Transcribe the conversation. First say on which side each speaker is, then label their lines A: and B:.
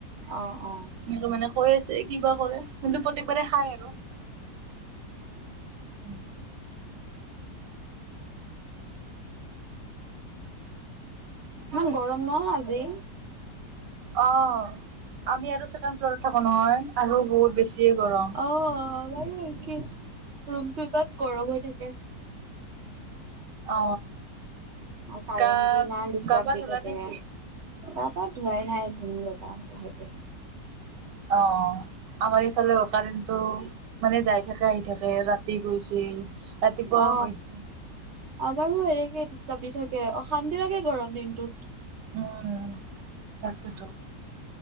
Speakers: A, on the right; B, on the right.
A: অ অ অ
B: এনেকে মানে কৈ আছে কিবা কৰে কিন্তু প্ৰত্যেকবাৰে খায় আৰু। উম'
A: ইমান গৰম ন'হ আজি?
B: অ আমি আৰু ছেকেণ্ড ফ্লৰত থাকো নহয়। আৰু বহুত বেছিয়ে গৰম।
A: অ আমাৰো একেই ৰুমটো তাত গৰম হৈ থাকে।
B: অ।
A: কাৰেণ্টটো
B: গা
A: নাই ডিছতাপ
B: গা পা
A: দি
B: ধুলা
A: থাকে।
B: নেকি
A: গা পা ধোৱাই নাই ধূম ৰবা লাহেকে।
B: অ আমাৰ এইফালে কাৰেণ্টটো মানে যাই থাকে আহি থাকে ৰাতি গৈছিল। ৰাতিপুৱাও
A: অ
B: গৈছিল
A: আমাৰো এনেকেই দিছে। জাপি থাকে অশান্তি লাগে গৰম দিনটোত।
B: উম' তাকেই টো